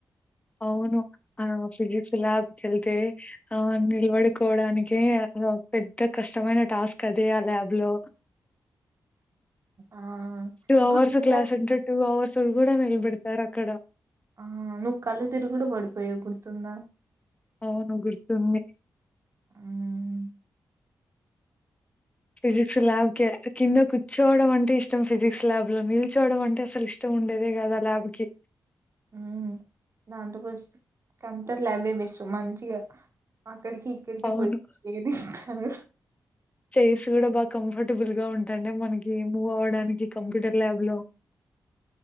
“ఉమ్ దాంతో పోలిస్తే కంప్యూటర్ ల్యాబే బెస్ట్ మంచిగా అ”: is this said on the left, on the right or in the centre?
Right